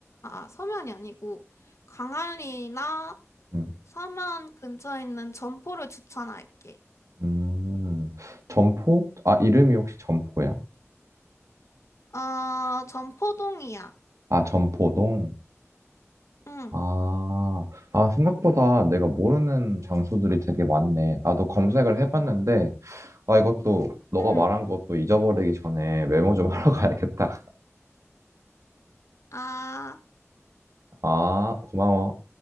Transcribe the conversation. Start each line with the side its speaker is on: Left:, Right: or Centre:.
Left: 아, 서면이 아니고 광안리나
Right: 음.
Left: 서면 근처에 있는 점포를 추천할게.
Right: 음. 점포? 아, 이름이 혹시 점포야?
Left: 아, 점포동이야.
Right: 아, 점포동?
Left: 응,
Right: 아, 아, 생각보다 내가 모르는 장소들이 되게 많네. 나도 검색을 해봤는데, 아, 이것도, 너가
Left: 응.
Right: 말한 것도 잊어버리기 전에 메모 좀 <laughs> 하러 가야겠다.
Left: 아.
Right: 아, 고마워.